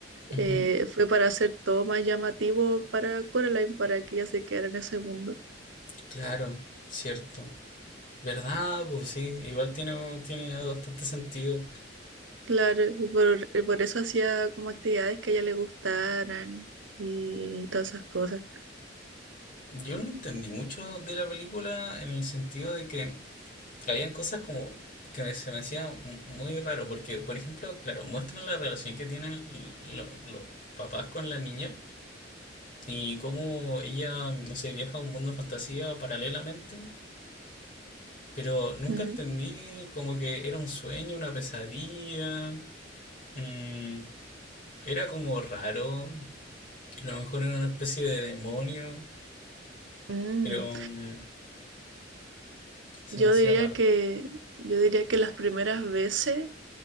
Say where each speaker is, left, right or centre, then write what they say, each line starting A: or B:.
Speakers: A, on the left; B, on the right.
A: Ujú,
B: eh, fue para hacer todo más llamativo para Coraline, para que ella se quedara en ese mundo.
A: Claro, cierto. ¿Verdad? Pues sí, igual tiene, tiene bastante sentido.
B: Claro, y por, y por eso hacía como actividades que a ella le gustaran y todas esas cosas.
A: Yo no entendí mucho de la película en el sentido de que habían cosas como que me- se me hacía mu- muy raro, porque, por ejemplo, claro, muestran la relación que tienen lo- los papás con la niña y cómo ella, no sé, viaja a un mundo de fantasía paralelamente, pero nunca
B: Ujú.
A: entendí como que era un sueño, una pesadilla, mm, era como raro, a lo mejor era una especie de demonio,
B: Mm.
A: pero mm, se
B: Yo
A: me hacía
B: diría
A: raro.
B: que, yo diría que las primeras veces,